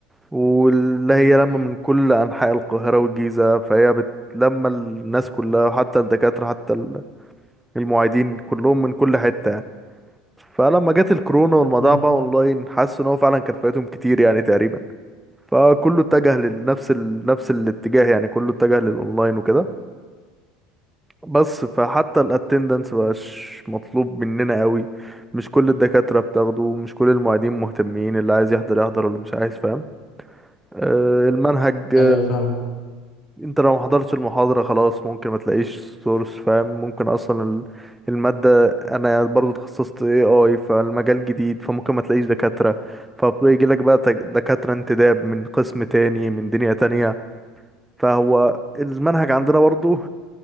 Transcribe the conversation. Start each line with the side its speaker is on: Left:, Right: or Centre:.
Centre: واللي هي لما من كل انحاء القاهرة والجيزة فهي بتلم الناس كلها حتى الدكاترة حتى ال- المعيدين كلهم من كل حتة فلما جت الكورونا والموضوع
Left: امم
Centre: بقى اونلاين حسوا ان هو فعلا كان فايتهم كتير يعني تقريبا فكله اتجه لنفس ال... نفس الاتجاه يعني كله اتجه للاونلاين وكده بس فحتى الاتندنس مبقاش مطلوب مننا قوي مش كل الدكاترة بتاخده مش كل المعيدين مهتمين اللي عايز يحضر يحضر واللي مش عايز فاهم آه، المنهج
Left: ايوه فاهم
Centre: انت لو ما حضرتش المحاضرة خلاص ممكن ما تلاقيش سورس فاهم ممكن اصلا ال- المادة انا برضو اتخصصت AI فالمجال جديد فممكن ما تلاقيش دكاترة فبيجي لك بقى تك- دكاترة انتداب من قسم تاني من دنيا تانية فهو المنهج عندنا برضو